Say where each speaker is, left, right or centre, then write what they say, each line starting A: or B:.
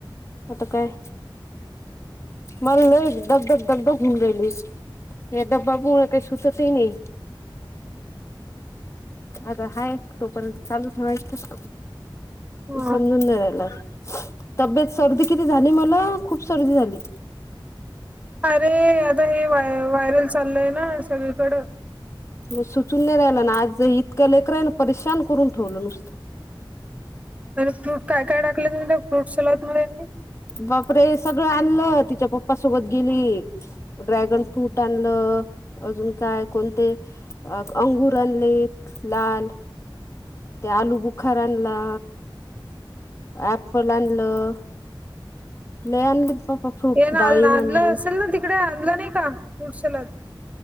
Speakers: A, on the left; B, on the right.
A: आता काय? मला ल एक धग धग धगधग घऊन राहिलीस या डबबाबू म्ह काही सुततही नाही. आता हाय तो पण चालू ठेवायच.
B: हा
A: समजून नाही राहिला तब्येत सर्दी किती झाली मला खूप सर्दी झाली.
B: अरे आता हेय व्हायरल चाललंय ना सगळीकडं.
A: मग सुचून नाही राहिला ना आज इतका लेकररा आहे परेशान करून ठेवलं नुसतं.
B: प फ्रूट काय काय टाकलं तु फ्रूट सॅलड मध्ये.
A: बापरे सगळं आलं तिच्या पप्पासोबत गेली. ड्रॅगन फ्रूट आणलं अजून काय कोणते. अ अंगूर आणलेत लाल- त्या आलू बुखार आणला. एप्पल आणलं लय आणलं. आप फ्रूट
B: ये ना
A: डाळीम
B: आणलं
A: अनल.
B: असेल ना तिकडे आणलं नाही का पुडशला-